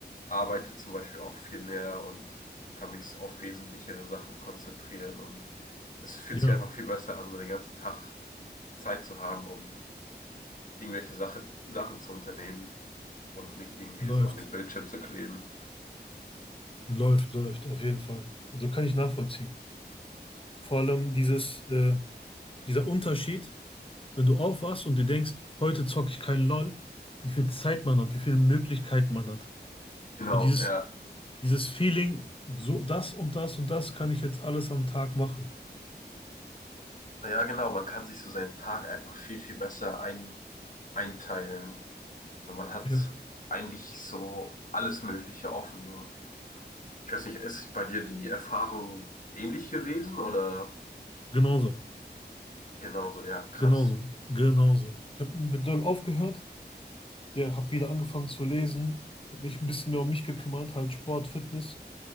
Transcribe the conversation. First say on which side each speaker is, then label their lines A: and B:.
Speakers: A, on the left; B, on the left.
A: arbeite zum Beispiel auch viel mehr und kann mich so auf wesentlichere Sachen konzentrieren. Und es fühlt
B: Ja,
A: sich einfach viel besser an, so den ganzen Tag Zeit zu haben, um irgendwelche Sache, Sachen zu unternehmen und nicht irgendwie
B: läuft.
A: so an den Bildschirm zu kleben.
B: Läuft, läuft, auf jeden Fall. Also kann ich nachvollziehen. Vor allem dieses, äh, dieser Unterschied, wenn du aufwachst und dir denkst, heute zocke ich keinen LOL, wie viel Zeit man hat, wie viele Möglichkeiten man hat.
A: Genau,
B: Und dieses,
A: ja.
B: dieses Feeling, so das und das und das kann ich jetzt alles am Tag machen.
A: Ja, genau. Man kann sich so seinen Tag einfach viel, viel besser ein, einteilen. So, man hat
B: Ja,
A: eigentlich so alles Mögliche offen. So. Ich weiß nicht, ist bei dir die Erfahrung ähnlich gewesen oder
B: genauso.
A: genauso? Ja, krass.
B: Genauso, genauso. Ich habe mit LOL aufgehört, der habe wieder angefangen zu lesen, habe mich ein bisschen mehr um mich gekümmert, halt Sport, Fitness.